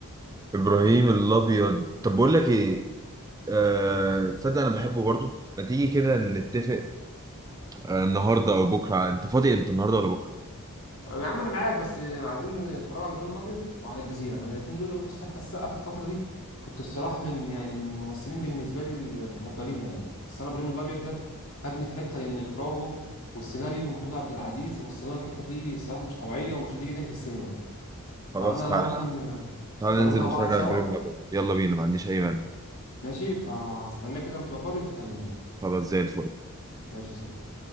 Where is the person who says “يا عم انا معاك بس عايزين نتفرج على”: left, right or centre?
Left